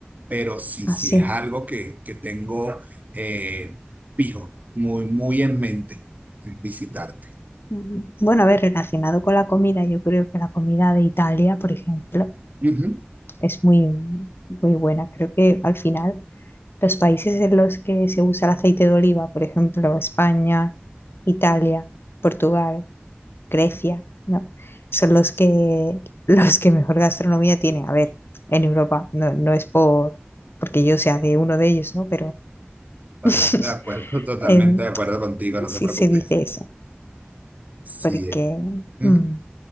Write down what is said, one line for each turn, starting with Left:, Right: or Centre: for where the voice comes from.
Right: pero sí,
Left: así.
Right: sí es algo que, que tengo eh, fijo, muy, muy en mente, visitarte.
Left: Mm, Bueno, a ver, relacionado con la comida, yo creo que la comida de Italia, por ejemplo,
Right: Ujú,
Left: es muy, muy buena. Creo que al final los países en los que se usa el aceite de oliva, por ejemplo, España, Italia, Portugal, Grecia, ¿no? Son los que, <laughs> los que mejor gastronomía tienen. A ver, en Europa, no, no es por, porque yo sea de uno de ellos, ¿no? Pero
Right: Totalmente
Left: <laughs>
Right: de acuerdo, <laughs> totalmente
Left: em,
Right: de acuerdo contigo, no
Left: sí
Right: te preocupes.
Left: se dice eso,
Right: Sí.
Left: porque...
Right: eh. Ujú.
Left: mm,